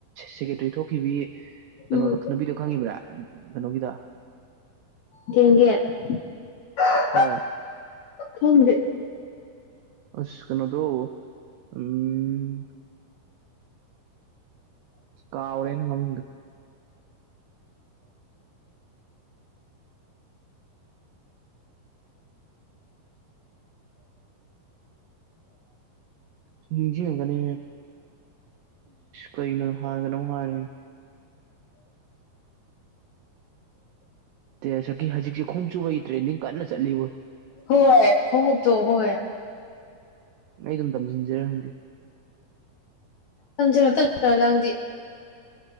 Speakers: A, on the right (about 85°); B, on the left (about 75°).
A: ꯁꯦꯀꯦꯇꯔꯤ ꯊꯣꯛꯈꯤꯕꯤ ꯀꯩꯅꯣꯗꯣ
B: ꯎꯝ
A: ꯅꯨꯕꯤꯗꯣ ꯈꯪꯉꯤꯕ꯭ꯔꯥ ꯀꯩꯅꯣꯒꯤꯗ
B: ꯀꯦꯡꯒꯦ <inaudible>
A: ꯍꯣꯏ
B: ꯈꯪꯗꯦ
A: ꯑꯁ ꯀꯩꯅꯣꯗꯣ ꯎꯝ ꯀꯥꯎꯑꯔꯦꯅꯦ ꯃꯃꯤꯡꯗꯣ ꯁꯨꯝ ꯅꯤꯡꯁꯤꯡꯉꯛꯅꯤ ꯀꯩꯅꯣ ꯍꯥꯥꯅ ꯀꯩꯅꯣꯝ ꯍꯥꯏ <unintelligible> ꯇ ꯁꯛꯀꯤ ꯍꯧꯖꯤꯛꯁꯦ ꯈꯨꯉꯨꯞ ꯁꯨꯕꯒꯤ ꯇ꯭ꯔꯦꯟꯅꯤꯡ ꯀꯟꯅ ꯆꯠꯂꯤꯕ
B: ꯍꯣꯏ ꯈꯣꯡꯣꯛ ꯇꯣ ꯍꯣꯏ
A: ꯑꯩ ꯑꯗꯨꯝ ꯇꯝꯁꯤꯟꯖꯤꯔ ꯈꯪꯗꯦ
B: ꯇꯝꯖꯥꯂꯣ <unintelligible> ꯅꯪꯗꯤ